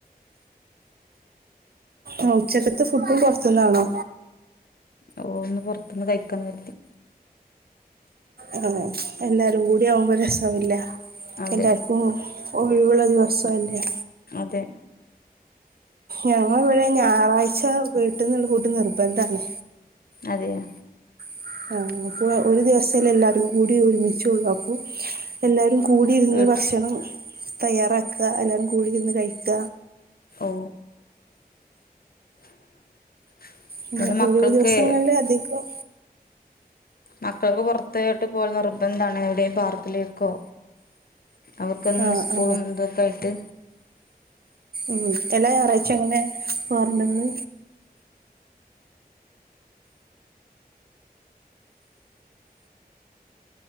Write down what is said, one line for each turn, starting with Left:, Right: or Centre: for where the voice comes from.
Right: ആ ഉച്ചകത്ത് ഫുഡ് പൊറത്ത്ന്നാണോ
Left: ഓ ന്ന് പൊറത്ത്ന്ന് കഴിക്കാന്ന് കര്തി
Right: ആ എല്ലാരും കൂടി ആകുമ്പോ രസല്ലേ
Left: അതെ
Right: എല്ലാര്ക്കും ഒഴിവുള്ള ദിവസല്ലേ
Left: അതെ
Right: ഞങ്ങളെവ്ടെ ഞായറായിച്ചവീട്ടിന്നു ഒരു കൂട്ട് നിർബന്ധം ആണ്
Left: അതെയോ
Right: <unintelligible> ഒരു ദിവസല്ലേ എല്ലാരുംകൂടി ഒരുമിച് ട്ടുള്ളു അപ്പൊ എല്ലാരുംകൂടിര്ന്ന്
Left: വീ
Right: ഭക്ഷണം തയ്യാറാക്ക എല്ലാരും കൂടി ഇരുന്ന് കഴിക്ക
Left: ഓ <inaudible>
Right: ന്നെ
Left: ഇവിടെ മക്കൾക്ക്
Right: ഒഴിവ് ദിവസങ്ങളിൽ അധികം
Left: മക്കൾക്ക്‌ പൊറത്തോട്ട് പോകൽ നിർബന്താണ് എവിടെ പാർക്കിലേക്കോ അവർക്കെന്നും
Right: ആ
Left: സ്കൂളും
Right: ആ
Left: ഇതൊക്കെ ആയിട്ട്
Right: ഉം എല്ലാം ഞായറായ്ച്ച അങ്ങനെ പോവാറുണ്ടോ ങ്ങള്